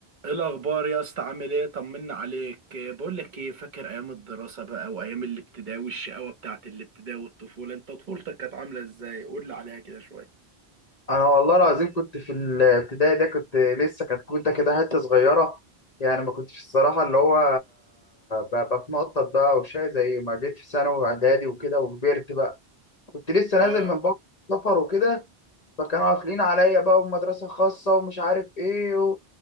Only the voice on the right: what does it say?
ايه الاخبار يا اسطى عامل ايه طمنا عليك إيه، بقول لك ايه فاكر ايام الدراسه بقى وايام الابتدائي والشقاوه بتاعت الابتدائي والطفوله انت طفولتك كانت عامله ازاي قول لي عليها كده شويه
اه